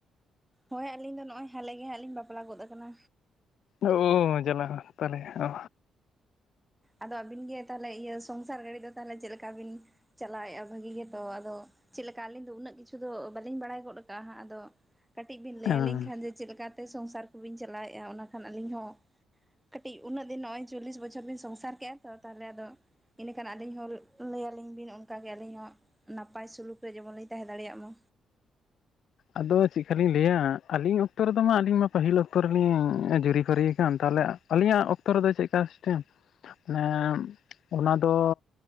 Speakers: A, in the centre; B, on the left (about 65°).
A: ᱦᱳᱭ ᱟᱹᱞᱤᱧ ᱫᱚ ᱱᱚᱜᱼᱚᱭ ᱦᱟᱞᱮ ᱜᱮ ᱦᱟᱸᱜ ᱞᱤᱧ ᱵᱟᱯᱞᱟ ᱜᱚᱫ ᱟᱠᱟᱱᱟ᱾
B: ᱚᱻ ᱡᱟᱞᱟ ᱛᱟᱦᱚᱞᱮ ᱚ᱾
A: ᱟᱫᱚ ᱟᱵᱤᱱ ᱜᱮ ᱛᱟᱦᱚᱞᱮ ᱤᱭᱟᱹ ᱥᱚᱝᱥᱟᱨ ᱜᱟᱹᱲᱤ ᱫᱚ ᱛᱟᱦᱚᱞᱮ ᱪᱮᱫ ᱞᱮᱠᱟ ᱵᱤᱱ ᱪᱟᱞᱟᱣᱮᱫᱼᱟ ᱵᱷᱟᱹᱜᱤ ᱜᱮᱛᱚ ᱟᱫᱚ ᱪᱮᱫ ᱞᱮᱠᱟ ᱟᱹᱞᱤᱧ ᱫᱚ ᱩᱱᱟᱹᱜ ᱠᱤᱪᱷᱩ ᱫᱚ ᱵᱟᱹᱞᱤᱧ ᱵᱟᱲᱟᱭ ᱜᱚᱫ ᱠᱟᱜᱼᱟ ᱦᱟᱸᱜ ᱟᱫᱚ ᱠᱟᱹᱴᱤᱡ ᱵᱤᱱ ᱞᱟᱹᱭ
B: ᱦᱮᱸ
A: ᱟᱹᱞᱤᱧ ᱠᱷᱟᱱ ᱡᱮ ᱪᱮᱫ ᱞᱮᱠᱟᱛᱮ ᱥᱚᱝᱥᱟᱨ ᱠᱚᱵᱤᱱ ᱪᱟᱞᱟᱣᱮᱫᱼᱟ ᱚᱱᱟ ᱠᱷᱟᱱ ᱟᱹᱞᱤᱧ ᱦᱚᱸ ᱠᱟᱹᱴᱤᱡ ᱩᱱᱟᱹᱜ ᱫᱤᱱ ᱱᱚᱜᱼᱚᱭ ᱪᱚᱞᱞᱤᱥ ᱵᱚᱪᱷᱚᱨ ᱵᱤᱱ ᱥᱚᱝᱥᱟᱨ ᱠᱮᱫᱼᱟ ᱛᱚ ᱛᱟᱦᱚᱞᱮ ᱟᱫᱚ ᱤᱱᱟᱹᱠᱷᱟᱱ ᱟᱹᱞᱤᱧ ᱦᱚᱸ ᱞᱟᱹᱭ ᱟᱹᱞᱤᱧ ᱵᱤᱱ ᱚᱱᱠᱟᱜᱮ ᱟᱹᱞᱤᱧ ᱦᱚᱸ ᱱᱟᱯᱟᱭ ᱥᱩᱞᱩᱠ ᱨᱮ ᱡᱮᱢᱚᱱ ᱞᱤᱧ ᱛᱟᱦᱮᱸ ᱫᱟᱲᱮᱭᱟᱜ ᱢᱟ᱾
B: ᱟᱫᱚ ᱪᱮᱫᱠᱟ ᱞᱤᱧ ᱞᱟᱹᱭᱟ ᱟᱹᱞᱤᱧ ᱚᱠᱛᱚ ᱨᱮᱫᱚ ᱢᱟ ᱟᱹᱞᱤᱧ ᱢᱟ ᱯᱟᱹᱦᱤᱞ ᱚᱠᱛᱚ ᱨᱮᱜᱮ ᱞᱤᱧ ᱡᱩᱨᱤ ᱯᱟᱹᱨᱤ ᱟᱠᱟᱱ᱾ ᱛᱟᱦᱚᱞᱮ ᱟᱹᱞᱤᱧᱟᱜ ᱚᱠᱛᱚ ᱨᱮᱫᱚ ᱪᱮᱫ ᱞᱮᱠᱟ ᱥᱤᱥᱴᱮᱢ ᱢᱟᱱᱮ ᱚᱱᱟ ᱫᱚ